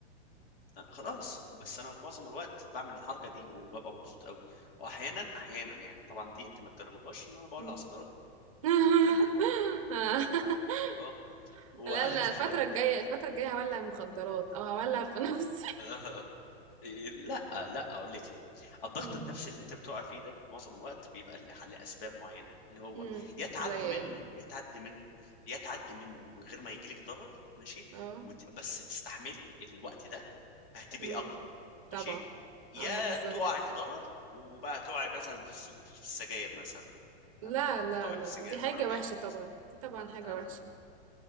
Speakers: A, on the left; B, on the right.
A: أنا خلاص بس انا معظم الوقت بعمل الحركه دي وببقى مبسوط قوي واحيانا احيانا يعني طبعا دي انت ما تجربهاش ان انا بولع
B: مم.
A: سيجاره
B: <laughs>
A: اللي لما احمر فاهمة؟ اه واهدى
B: لا لا الفترة
A: شويه
B: الجاية
A: فاهم
B: الفترة الجاية هولع مخدرات او هولع في نفسي
A: <laughs>
B: <laughs>
A: لا لا اقول لك ليه الضغط
B: امم
A: النفسي اللي انت بتقع فيه ده معظم الوقت بيبقى ل- لاسباب معينه اللي هو
B: امم
A: يا تعدي
B: زي
A: منه
B: ايه
A: يا تعدي منه يا تعدي منه من غير ما يجيلك ضرر ماشي
B: اه
A: وت... بس تستحملي الوقت ده فهتبقي
B: امم
A: اقوى
B: طبعا
A: ماشي يا
B: اه بالظبط
A: تقعي في ضرر وبقى تقعي مثلا في الس- في السجاير مثلا
B: لا
A: فاهمه
B: لا
A: يا تقعي
B: لا
A: في السجاير
B: دي حاجة
A: زي ما انا وقعت
B: وحشة طبعا
A: مثلا
B: دي طبعا حاجة
A: فاهمه
B: وحشة